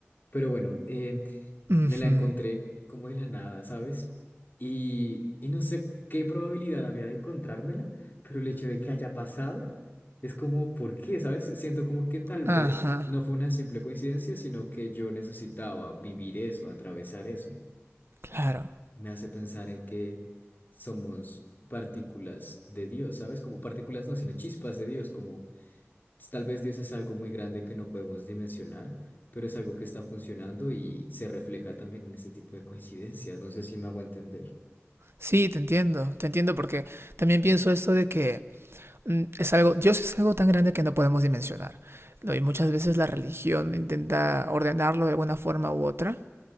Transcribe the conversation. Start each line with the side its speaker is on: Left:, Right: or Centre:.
Left: pero bueno, eh,
Right: Ujú.
Left: me la encontré como de la nada, ¿sabes? Y, y no sé qué probabilidad había de encontrármela, pero el hecho de que haya pasado es como, ¿por qué? ¿Sabes? Siento como que tal
Right: Ajá,
Left: vez no fue una simple coincidencia, sino que yo necesitaba vivir eso, atravesar eso.
Right: claro.
Left: Me hace pensar en que somos partículas de Dios, ¿sabes? Como partículas no, sino chispas de Dios, como tal vez Dios es algo muy grande que no podemos dimensionar, pero es algo que está funcionando y se refleja también en ese tipo de coincidencias. No sé si me hago entender.
Right: Sí, te entiendo, te entiendo porque también pienso esto de que mm, es algo, Dios es algo tan grande que no podemos dimensionar. ¿no? Y muchas veces la religión intenta ordenarlo de alguna forma u otra,